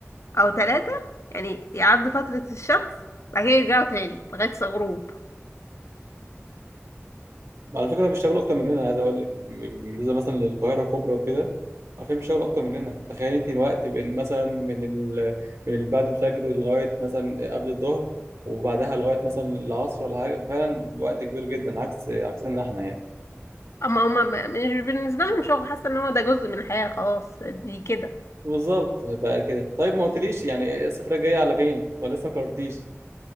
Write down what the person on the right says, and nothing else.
على فكرة بيشتغلوا أكتر مننا عايز أقول لك ب- بالنسبة مثلا للقاهرة الكبرى وكده عارفين بيشتغلوا أكتر مننا تخيل أنت الوقت بين مثلا من ال... من ال- بعد الفجر لغاية مثلا قبل الظهر وبعدها لغاية مثلا العصر ولا حاجة ففعلا وقت كبير جدا عكس عكسنا إحنا يعني
بالظبط بقى كده طيب ما قلتليش يعني إيه السفرية الجاية على فين ولا لسه ما قررتيش